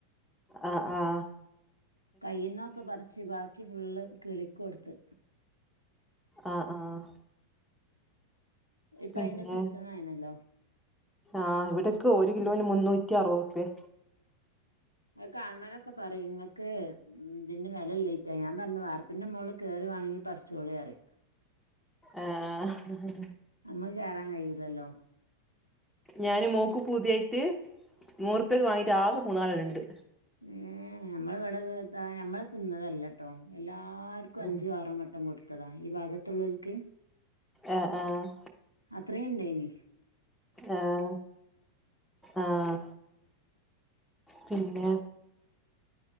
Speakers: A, in the centre; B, on the left (about 85°).
A: ആഹ് ആഹ്.
B: കൈയ്യ്ന്നൊക്കെ പറിച്ച് ബാക്കി ഫുള്ള് കിളിക്കൊടുത്ത്.
A: ആഹ് ആഹ്.
B: ഇപ്പോയിന്റെ
A: പിന്നെ
B: സീസൺ ആയിണല്ലോ
A: ആഹ് ഇവിടക്കെ ഒരു കിലോന് മുന്നൂറ്റി അറുപതു റുപ്പിയ
B: നിങ്ങൾ കാണണോന്നൊക്കെ പറയും ഇതിന്റെ വേലയിലഞ്ഞിട്ട ഞാൻ പറഞ്ഞു വാർപ്പിന്റെ മോള് കേറിവാണെങ്കിൽ പറിച്ചോളിന്ന് പറയും
A: ആഹ്
B: നമ്മക്ക് കേറാൻ കഴിയൂലല്ലോ
A: ഞാന് മോക്ക് പൂതിയായിട്ട്. നൂറുപ്യക്ക് വാങ്ങീട്ട് ആകെ മൂന്നാലെണ്ണണ്ട്.
B: ഏ ഞമ്മള ഇവിടെത് താ ഞമ്മള തിന്നതല്ലട്ടോ എല്ലാർക്കും അഞ്ചു
A: ഉം
B: ആറും വട്ട കൊടുത്തതാ ഈ ഭാഗത്തുള്ളോൽക്ക്
A: ആഹ് ആഹ്
B: അത്രേണ്ടേനി
A: ആഹ് ആഹ് പിന്നെ